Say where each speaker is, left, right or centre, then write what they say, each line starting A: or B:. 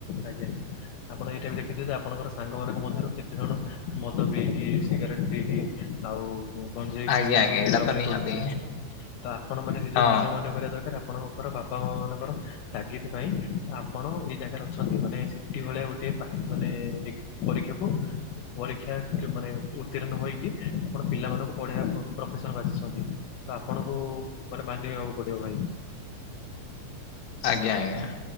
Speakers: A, on the left; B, on the left.
A: ଆଜ୍ଞା ଆପଣ ଏଇଟା ବି ଦେଖିଥିବେ ଯେ ଆପଣଙ୍କର ସାଙ୍ଗମାନଙ୍କ ମଧ୍ୟରୁ କେତେଜଣ ମଦ ପିଇକି ସିଗାରେଟ୍ ପିଇକି ଆଉ ଗଞ୍ଜେଇ
B: ଆଜ୍ଞା
A: ପିଇକି
B: ଆଜ୍ଞା
A: ସବୁ
B: ଏଇଟା
A: ବୁଲାବୁଲି
B: ତ ନିହାତି
A: କରୁଥିବେ ତ ଆପଣ ମାନେ ସେ
B: ହଁ
A: ଯୋଉ ଧନ୍ୟ ମନେ କରିବା ଦରକାର ଆପଣଙ୍କର ବାପା ମା ମାନଙ୍କର ତାଗିଦ ପାଇଁ ଆପଣ ଏଇ ଜାଗାରେ ଅଛନ୍ତି ମାନେ ସେଠି ଭଳିଆ ଗୋ ଗୋଟିଏ ପା ମାନେ ପରୀକ୍ଷାକୁ ପରୀକ୍ଷା ମାନେ ଉତ୍ତୀର୍ଣ ହୋଇକି ଆପଣ ପିଲାମାନଙ୍କୁ ପଢେଇବା ପ୍ରଫେସନ ବାସିଛନ୍ତି ତ ଆପଣଙ୍କୁ ମାନିବାକୁ ପଡିବ ଭାଇ।
B: ଆଜ୍ଞା ଆଜ୍ଞା